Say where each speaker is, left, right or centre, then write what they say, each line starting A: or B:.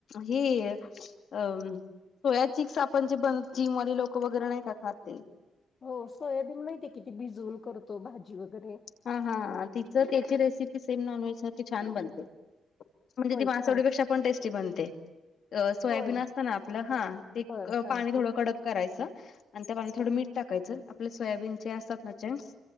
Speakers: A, on the left; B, on the left.
A: ही अं सोया चिक्स आपण जे बन जिमवाली लोक वगैरे नाही का खाते
B: हो सोयाबीन माहिती आहे भिजवून भाजी वगैरे
A: हा हा तिचं त्याची रेसिपी सेम नॉन व्हेज छान बनते म्हणजे
B: होय
A: ती मासवडीपेक्षा
B: का?
A: पण टेस्टी बनते अ सोयाबीन
B: होय
A: असतं ना आपलं हा ते
B: बर हा
A: पाणी
B: हम्म
A: थोडं कडक करायचं आणि त्या पाणी थोडं मीठ टाकायचं आपले सोयाबीनचे असतात ना चचेंक्स